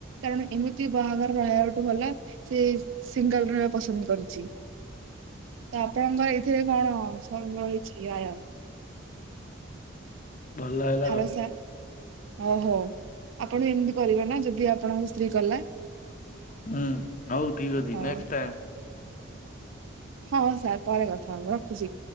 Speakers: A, on the right; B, on the left.
A: କାରଣ ଏମିତି ବାହାଘର ରହିବା ଭଲା ସେ ସିଙ୍ଗଲ ରହିବା ପସନ୍ଦ କରୁଛି। ତ ଆପଣଙ୍କ ଏଇଥିରେ କଣ ସବୁ ରହିଛି ଆୟ?
B: ଭଲ ହେଲା
A: ହ୍ୟାଲୋ
B: ଆଉ।
A: ସାର୍ ଓହୋ ଆପଣ ଏମିତି କରିବେ ନା ଯଦି ଆପଣଙ୍କ ସ୍ତ୍ରୀ କଲା?
B: ହୁଁ ହଉ ଠିକ୍ ଅଛି
A: ହଁ
B: ନେକ୍ସଟ ଟାଇମ୍।
A: ହଁ ସାର୍ ପରେ କଥା ହବ ରଖୁଛି।